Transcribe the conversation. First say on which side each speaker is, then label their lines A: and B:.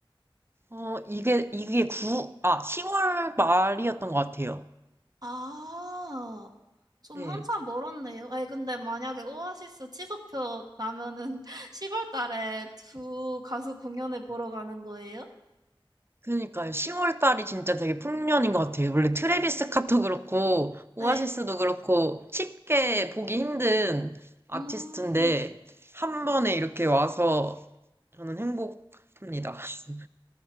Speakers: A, on the right (about 25°); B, on the right (about 45°).
A: 어, 이게, 이게 구 아, 10월 말이었던 것 같아요.
B: 아, 좀
A: 네.
B: 한참 멀었네요. 아니, 근데 만약에 오아시스 취소표 나면은 <laughs> 10월 달에 두 가수 공연을 보러 가는 거예요?
A: 그러니까요. 10월 달이 진짜 되게 풍년인 것 같아요. 원래 트래비스 스캇도 그렇고, 오아시스도
B: 네.
A: 그렇고, 쉽게 보기 힘든 아티스트인데,
B: 음,
A: 한 번에 이렇게 와서 저는 행복합니다. <laughs>